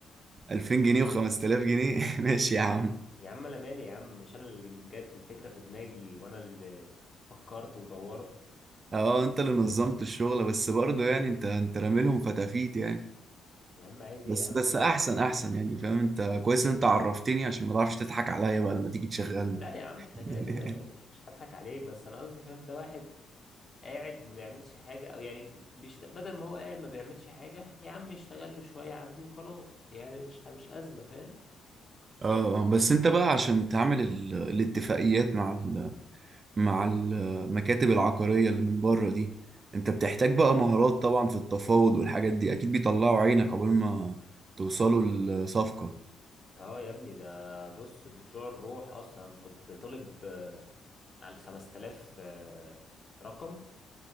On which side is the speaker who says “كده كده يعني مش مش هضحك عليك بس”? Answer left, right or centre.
Left